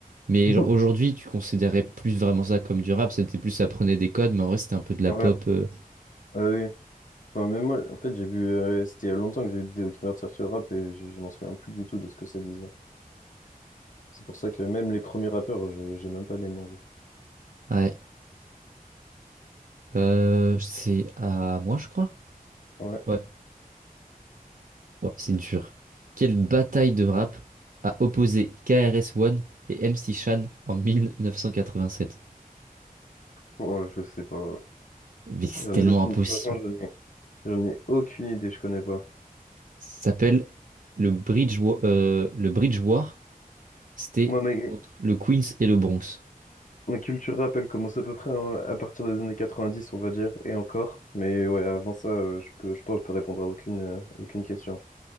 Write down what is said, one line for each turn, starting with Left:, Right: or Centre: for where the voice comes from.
Right: Mais
Left: Mhm.
Right: genre, aujourd'hui, tu considérais plus vraiment ça comme du rap. C'était plus ça prenait des codes, mais en vrai, c'était un peu de la
Left: Ouais,
Right: pop. euh,
Left: ah oui. Enfin, même moi, en fait, j'ai vu, euh, c'était il y a longtemps que j'ai vu des documentaires sur le rap et je, je m'en souviens plus du tout de ce que ça disait. C'est pour ça que même les premiers rappeurs, je- j'ai même pas les noms. genre.
Right: Ouais. Euh, c'est à moi, je crois.
Left: Ouais,
Right: Ouais. Ouais, c'est dur. Quelle bataille de rap a opposé KRS-One et MC Shan en 1987?
Left: Bon, je sais pas.
Right: Mais c'est
Left: J'en
Right: tellement
Left: ai aucune,
Right: impossible.
Left: franchement, j'en ai, j'en ai aucune idée, je connais pas.
Right: Ça s'appelle le Bridge, Wa- euh, le Bridge War. C'était
Left: Moi, mec,
Right: contre le Queens et le Bronx.
Left: La culture rap, elle commence à peu près hein, à partir des années 90, on va dire, et encore. Mais ouais, avant ça, euh, je peux, je pense que je peux répondre à aucune, euh, aucune question.